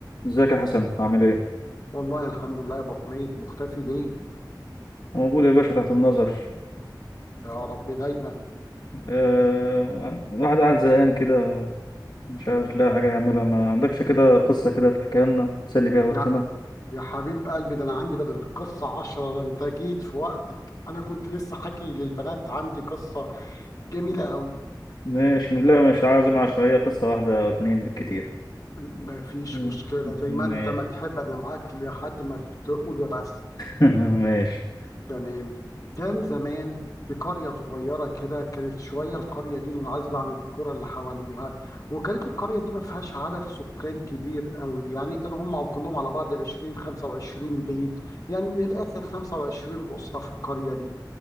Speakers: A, on the left; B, on the left.
A: ازيك يا حسن عامل ايه؟
B: والله الحمد لله يا ابو حميد مختفي ليه
A: موجود يا باشا تحت النظر
B: يا رب دايما
A: آه... الواحد قاعد زهقان كده مش عارف لاقي حاجة يعملها ما عندكش كده قصة كده تحكيها لنا تسلي بيها وقتنا
B: يا يا حبيب قلبي ده انا عندي بدل القصه عشرة ده انت جيت في وقتك انا كنت لسه حكي للبنات عندي قصه جميله قوي
A: ماشي مش لا مش عاوز عشرية قصة واحدة أو اتنين بالكتير
B: ما فيش
A: مم.
B: مشكله زي
A: ماشي
B: ما انت ما تحب انا معاك لحد ما تقول يا بس
A: <laughs> ماشي
B: تمام كان زمان في قرية صغيرة كده كانت شوية القرية دي منعزلة عن القرى اللي حواليها وكانت القرية دي ما فيهاش عدد سكان كبير قوي يعني كانوا هم كلهم على بعض 20 25 بيت يعني من الآخر 25 أسرة في القرية دي